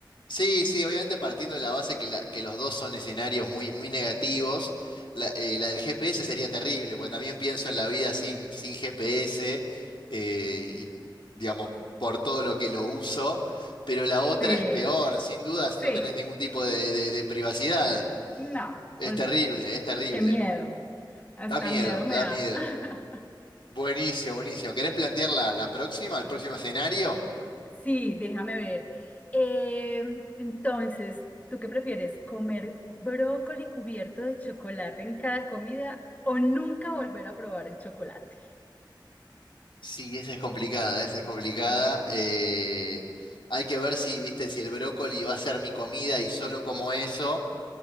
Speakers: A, on the left; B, on the left.
A: sí, sí, obviamente partiendo de la base que, la- que los dos son escenarios muy, muy negativos, la, eh, la del GPS sería terrible, porque también pienso en la vida sin, sin GPS eh, y, digamos, por todo lo que lo uso, pero la otra
B: sí,
A: es peor, sin dudas
B: Sí,
A: no tenés ningún tipo de, de de privacidad.
B: No,
A: Es
B: olvídalo.
A: terrible, es terrible.
B: Qué miedo. Hasta
A: Da miedo,
B: miedo
A: da
B: me da.
A: miedo.
B: <laughs>
A: Buenísimo, buenísimo. ¿Querés plantear la, la próxima, el próximo escenario?
B: Sí, déjame ver. Eh, entonces, ¿tú qué prefieres? ¿Comer brócoli cubierto de chocolate en cada comida o nunca volver a probar el chocolate?
A: Sí, esa es complicada, esa es complicada. Eh, hay que ver si, viste, si el brócoli va a ser mi comida y solo como eso.